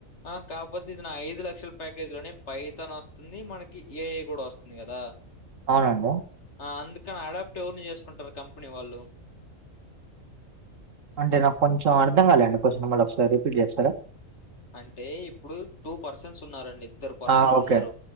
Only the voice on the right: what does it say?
అవునండి
అంటే నాకు కొంచెం అర్థకాలేదండి కొంచెం మళ్ళీ ఒకసారి రిపీట్ చేస్తారా
ఆ ఓకే